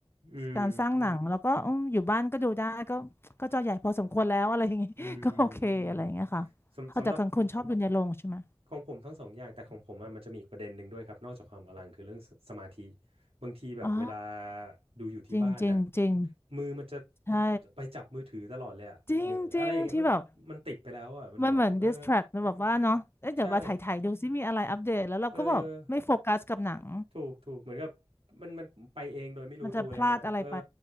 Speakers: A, on the right (about 75°); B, on the left (about 25°).
A: อืม
B: การสร้างหนังแล้วก็อืมอยู่บ้านก็ดูได้ก็ก็จอใหญ่พอสมควรแล้วอะไรอย่างงี้ <laughs>
A: อืม
B: ก็โอเคอะไรอย่างเงี้ยค่ะเอาแต่ของคุณชอบดูในโรงใช่ไหม
A: อืมสำสำหรับ ของผมทั้งสองอย่างแต่ของผมอะมันจะมีอีกประเด็นหนึ่งด้วยครับนอกจากความอลังคือเรื่องสสมาธิบางทีแบบเวลา
B: อ๋อ
A: ดูอยู่ที่บ้านน่ะ
B: จริงจริงจริง
A: มือมันจะ
B: ใช่
A: ไปจับมือถือตลอดเลยอะเดี๋ยวอะไรอย่างเงี้ยมันมันติดไปแล้วอะมันแบบเออ
B: จริงจริงที่แบบ มันเหมือน distract นะแบบว่าเนาะเอ๊ะเดี๋ยวมาถ่ายถ่ายดูซิมีอะไรอัปเดตแล้วเราก็แบบไม่โฟกัสกับหนัง
A: ใช่เออถูกถูกเหมือนกับมันมันไปเองโดยไม่รู้ตัวเลยนะเออ
B: มันจะพลาดอะไรไป